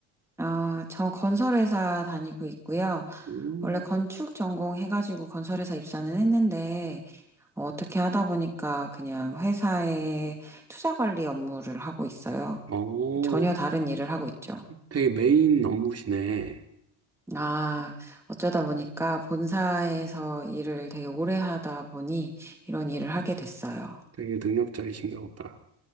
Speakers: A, in the centre; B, on the right.
A: 아, 저 건설회사 다니고 있고요.
B: 음,
A: 원래 건축 전공 해가지고 건설회사 입사는 했는데, 어, 어떻게 하다 보니까 그냥 회사의 투자 관리 업무를 하고 있어요.
B: 어,
A: 전혀 다른 일을 하고 있죠.
B: 되게 메인 업무시네.
A: 아, 어쩌다 보니까 본사에서 일을 되게 오래 하다 보니 이런 일을 하게 됐어요.
B: 되게 능력자이신가 보다.